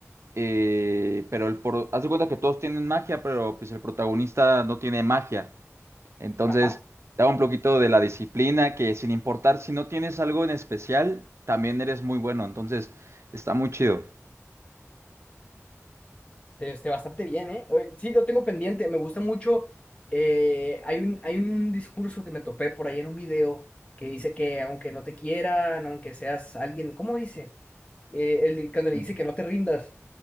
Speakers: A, on the right (about 60°); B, on the left (about 25°).
A: Eh, pero el por... haz de cuenta que todos tienen magia, pero pues el protagonista no tiene magia. Entonces,
B: ajá.
A: da un poquito de la disciplina que sin importar si no tienes algo en especial, también eres muy bueno. Entonces, está muy chido.
B: Este, bastante bien, ¿eh? Oye, Sí, lo tengo pendiente. Me gusta mucho. eh, hay un, hay un discurso que me topé por ahí en un video que dice que aunque no te quieran, aunque seas alguien, ¿cómo dice? eh, el, cuando le
A: Mm.
B: dice que no te rindas,